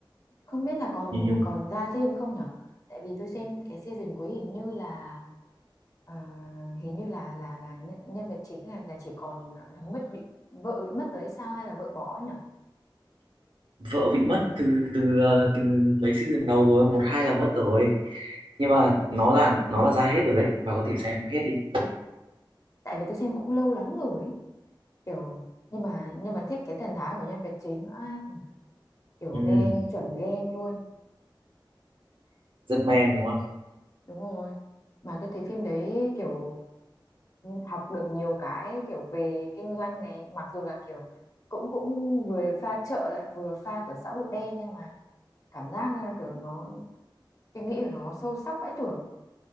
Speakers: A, on the left (about 40°); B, on the right (about 85°).
A: Không biết là còn
B: như nhung
A: còn ra thêm không nhở? Tại vì tôi xem cái season cuối hình như là ờ, hình như là là là nhân, nhân vật chính là là chỉ còn là mất bị vợ bị mất rồi hay sao hay là vợ bỏ ấy nhở?
B: vợ bị mất từ từ ờ, từ mấy season đầu rồi, một hai là mất rồi. Nhưng mà nó là nó là ra hết rồi đấy, bà có thể xem hết đi.
A: Tại vì tôi xem cũng lâu lắm rồi, ấy. kiểu nhưng mà nhưng mà thích cái thần thái của nhân vật chính á, kiểu
B: Ừ,
A: ghen chuẩn ghen luôn
B: rất men đúng không?
A: đúng rồi mà tôi thấy phim đấy kiểu học được nhiều cái kiểu về kinh doanh này mặc dù là kiểu cũng cũng vừa pha chợ lại vừa pha kiểu xã hội đen nhưng mà cảm giác như là kiểu nó suy nghĩ của nó sâu sắc vãi chưởng